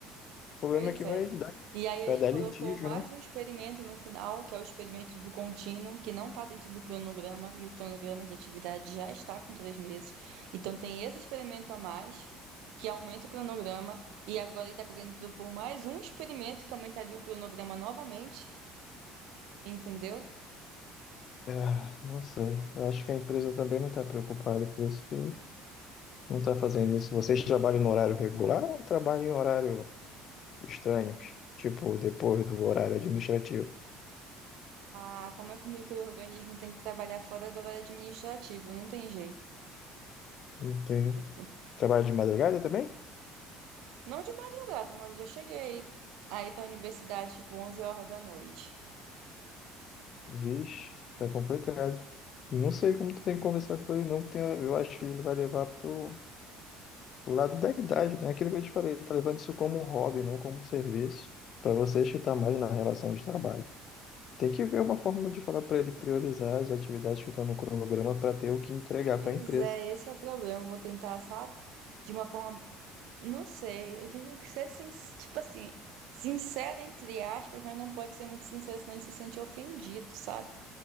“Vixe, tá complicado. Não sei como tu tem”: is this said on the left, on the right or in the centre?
Left